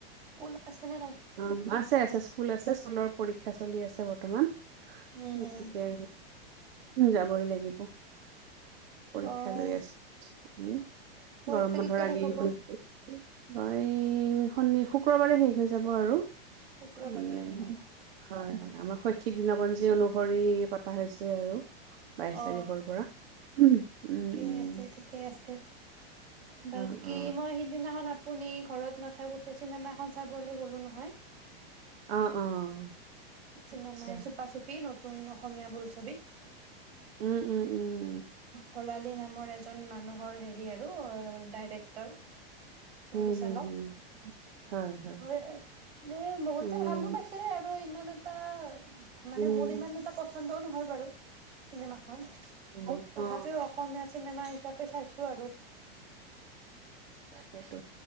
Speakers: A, on the right (about 90°); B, on the right (about 70°).
A: স্কুল আছে নে নাই?
B: অ আছে
A: কাইলে।
B: আছে স্কুল আছে স্কুলৰ পৰীক্ষা চলি আছে বৰ্তমান।
A: উম,
B: গতিকে
A: উম,
B: যাবই লাগিব, পৰীক্ষা
A: অ',
B: লৈ আছোঁ আমি
A: পৰীক্ষা
B: গৰম বন্ধৰ
A: কেতিয়া
B: আগে
A: শেষ হ'ব?
B: এই শনি, শুক্ৰবাৰে শেষ হৈ যাব আৰু।
A: শুক্ৰবাৰে
B: মানে
A: অ'।
B: হয়, হয় আমাৰ শৈক্ষিক দিনপঞ্জী অনু ভৰি পতা হৈছে আৰু বাইশ
A: অ
B: তাৰিখৰ পৰা উম উম
A: ঠিকেই আছে, ঠিকেই আছে, বাকী
B: অ অ
A: মই সিদিনাখন আপোনাৰ পোনি ঘৰত নাথাকোতে, চিনেমাখন চাবলে গ'লো নহয়।
B: অ'! অ'!
A: চিনেমা
B: আচ্ছা
A: এই চুপা চুপী নতুন নতুন অসমীয়া বোলছবি
B: উম! উম! উম!
A: ভৰালি নামৰ এজন মানুহৰ হেৰি আৰু, ডাইৰেক্টৰ। পৰিচালক,
B: উম হম হম হয় হয়
A: এনে বহুতে
B: উম
A: ভালোঁ পাইছে, আৰু ইমান এটা তা মানে
B: উম
A: মোৰ ইমান এটা পচন্দও নহ'ল বাৰু। চিনেমাখন!
B: উম
A: তথাপিও
B: অ
A: অসমীয়া চিনেমা হিচাপে চাইছোঁ। আৰু।
B: সেইটো